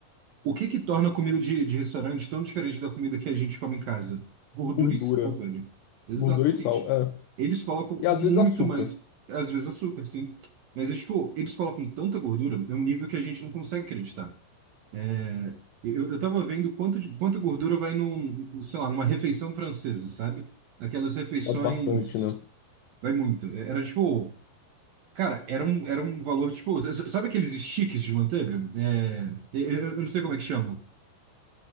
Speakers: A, on the right; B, on the left.
A: o que que torna a comida de, de restaurante tão diferente da comida que a gente come em casa? Gordura
B: gordura.
A: e sal, velho. Exatamente.
B: Gordura e sal, é.
A: Eles colocam
B: E
A: muito
B: às vezes açúcar.
A: mais, às vezes açúcar, sim. Mas, é, tipo, eles colocam tanta gordura, é um nível que a gente não consegue acreditar. É, Eu, eu tava vendo quanto de, quanta gordura vai num, num, sei lá, numa refeição francesa, sabe? Aquelas refeições.
B: É bastante, né?
A: Vai muito. É, Era tipo. Cara, era um, era um valor tipo. s- s- Sabe aqueles sticks de manteiga? É, eu, eu- eu não sei como é que chama.